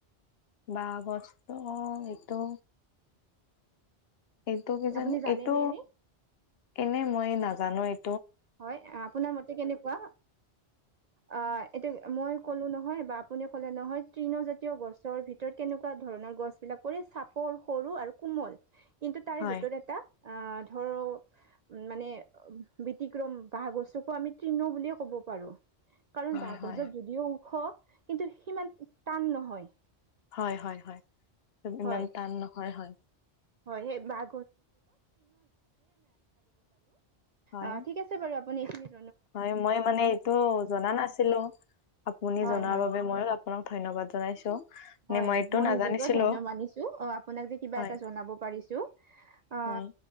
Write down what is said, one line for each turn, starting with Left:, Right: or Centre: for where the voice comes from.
Left: বাহ বস্ত এইটো এইটো কিজান
Right: আপুনি জানেনে
Left: এইটো
Right: এনে
Left: এনে মই নাজানো এই
Right: হয় আপোনাৰ মতে কেনেকুৱা অ এতিটো মই ক'লো নহয় বা আপুনি ক'লে নহয় তৃণজাতীয় গছৰ ভিতৰত কেনেকুৱা ধৰণৰ গছ বিলাক চাপৰ সৰু আৰু কোমল কিন্তু তাৰে
Left: হয়
Right: ভিতৰত এটা আহ ধৰো মানে অতিক্ৰম বাঁহগছোকো আমি তৃণ বুলিয়ে ক'ব পাৰো কাৰণ
Left: হয়
Right: বাঁহগছত
Left: হয়
Right: যদিও ওখ কিন্তু সিমান টান নহয়
Left: হয় হয় হয়
Right: হয়
Left: ইমান টান নহয় হয়
Right: হয় সেই বাহ
Left: হয়
Right: অ ঠিক আছে বাৰু আপুনি এইিন
Left: হয় মই মানে এইটো জনা নাছিলো আপুনি
Right: হয়
Left: জনাৰ
Right: হয়
Left: বাবে মই আপোনাক ধন্যবাদ জনাইছো মানে
Right: হয়
Left: এইটো
Right: মই
Left: নাজানিছিলো
Right: নিজকেও ধন্য মানিছো অ আপোনাক যে কিবা
Left: হয়
Right: এটা জনাব পাৰিছো অ
Left: হয়